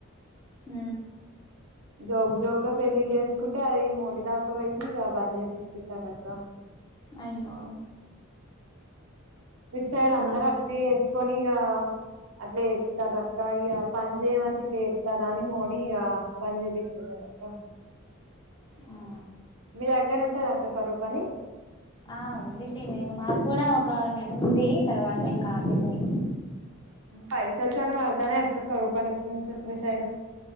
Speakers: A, on the left; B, on the right.
A: హు
B: జోక్ జోక్గా పెళ్ళిళ్ళ చేసుకుంటే అది మోడి దాకావయక బంద చే పచ్చింటటక్క
A: అయ్యో
B: విట్ సైడ్ అందరు
A: మా
B: అట్ వేసుకొని ఇక అట్లా ఇస్తారు అక్క ఇక పని చేయమంటే ఇట్లా వస్తారా అని మోడీ ఇక బంద్ చేయిచ్చింది తక్క
A: ఆ
B: మీ దగ్గర ఉంటంది అక్క కరు కానీ
A: ఆ ఉందండి మకు మాకు కూడా ఒక నెల ఉంది తర్వాత ఇంకా ఆపేశారు
B: పైసలు చన్న వాడతానే అక్క కూపానికి మీ సైడు